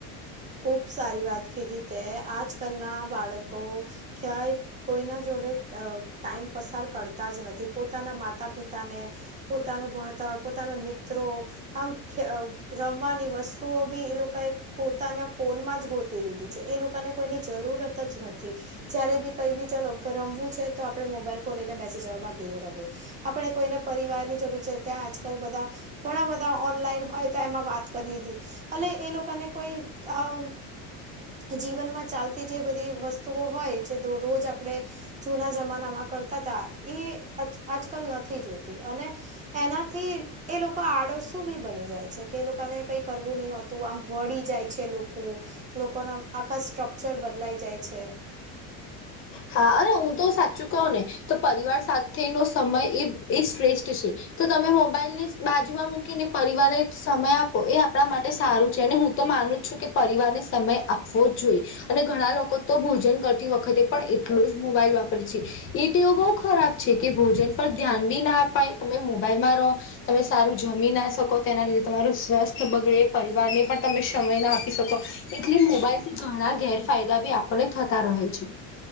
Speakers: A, on the right; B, on the left.
A: ખુબ સારી વાત કીધી તે આજ કલ ના બાળકો ક્યાંય કોઈ ના જોડે અ ટાઈમ પસાર કરતા જ નથી પોતાના માતા પિતાને- પોતાનું ભણતર પોતાના મિત્રો આમ રમવાની વસ્તુઓ બી એ લોકો પો પોતાને ફોનમાં જ ગોતી લીધી છે એ લોકોને કોઈની જરૂરત જ નથી. જય્યારે બી કઈ બી રમવું છે તો આપડે મોબાઈલ ખોલીઈને બેસી જવામાં ગેમ રમે. આપણે કોઈને પરિવાર ની જરૂર છે. ત્યાં આજકાલ બધા ઘણા બધા ઓનલાઈન હોય તો એમાં વાત કરી લીધી એ એ લોકોને કોઈ આ જીવનમાં ચાલતી જે બધી વસ્તુઓ હોય જે રોજ. આપણે જૂના જમાનામાં કરતા હતા એ આજકાલ નથી જોતી અને એનાથી એ લોકો આડવ શું બી બની જાય છે કે એ લોકોને કઈ કરવું નહ હોતું. આમ વળી જાય છે લોકો લોકોના આખા સ્ટ્રક્ચર બદલાઈ જાય છે.
B: હા અરે હું તો સાચું કહું ને તો પરિવાર સાથેનો સમય એ એ શ્રેષ્ઠ છે. તો તમે મોબાઈલ ની બાજુમાં મૂકીને પરિવાર સમય આપો એ આપણા માટે સારું છે અને હું તો માનું છ કે પરિવારને સમય આપવો જ જોઈએ અને ઘણા લોકો તો ભોજન કરતી વખતે પણ એટલોું જ મોબાઈલ વાપરે છે. એ તોવ બહ ખરાબ છે કે ભોજન પર ધ્યાન બી ના અપાય. તમે મોબાઈલમાં રહો તમે સારું જમી ના શકો તેના લીધે તમારું સ્વસ્થ બગડે, પરિવારને પણ તમે સમય ના આપી શકો. એટલે મોબાઈલ થી ઘણા ગેરફાયદા બી આપણને થતા રહે છે.